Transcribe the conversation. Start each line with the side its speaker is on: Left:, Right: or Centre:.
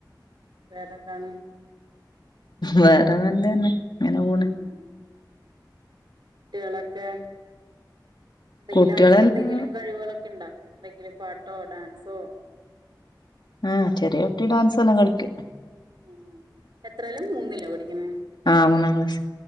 Right: വേറെന്താണ്
Left: വേറെ നല്ലന്നെ ഇങ്ങനെ പോണ്
Right: ഉം കുട്ടികളൊക്കെ എന്തെങ്കിലും
Left: കുട്ടികളെല്ലാം
Right: അവർക്കെന്തെങ്കിലും കഴിവുകളൊക്കെ ഉണ്ടോ എന്തെങ്കിലും പാട്ടോ ഡാൻസോ
Left: ആഹ് ചെറിയൊട്ടി ഡാൻസ് എല്ലാം കളിക്കും
Right: ആ എത്രല്ലോ മൂന്നിലോ പഠിക്കുന്ന
Left: ആഹ് മൂന്നാം ക്ലാസ്